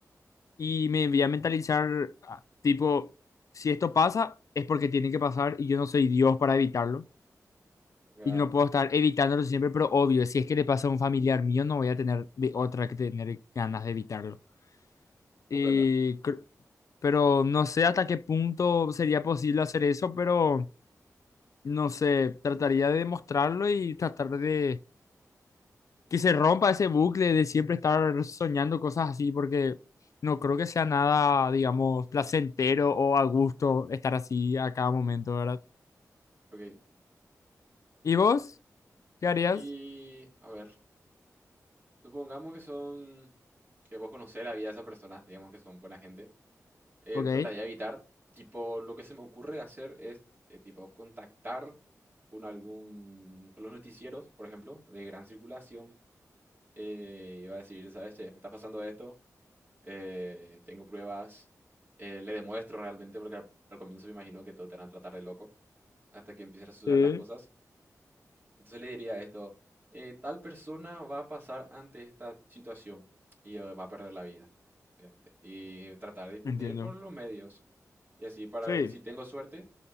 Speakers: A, on the left (about 65°); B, on the right (about 35°).
A: y me voy a mentalizar, ah, tipo, si esto pasa, es porque tiene que pasar y yo no soy Dios para evitarlo.
B: claro,
A: y no puedo estar evitándolo siempre, pero obvio, si es que le pasa a un familiar mío, no voy a tener de otra que tener ganas de evitarlo. Y
B: comprendo.
A: cr- pero no sé hasta qué punto sería posible hacer eso, pero no sé, trataría de demostrarlo y tratar de que se rompa ese bucle de siempre estar soñando cosas así, porque no creo que sea nada, digamos, placentero o a gusto estar así a cada momento, ¿verdad?
B: Ok.
A: ¿Y vos? ¿Qué harías?
B: Y, a ver, supongamos que son, que vos conocés la vida de esa persona, digamos que son buena gente. eh,
A: Ok,
B: trataría de evitar, tipo, lo que se me ocurre hacer es, eh, tipo, contactar con algún, con los noticieros, por ejemplo, de gran circulación. Eh, y va a decir, ¿sabes? Che, me está pasando esto, eh, tengo pruebas, eh, le demuestro realmente, porque al, al comienzo me imagino que todos te van a tratar de loco hasta que empiezan a suceder
A: Sí.
B: las cosas. Entonces le diría esto, eh, tal persona va a pasar ante esta situación y eh, va a perder la vida, obviamente. Y tratar de difundir
A: entiendo.
B: por los medios. Y así para,
A: Sí.
B: si tengo suerte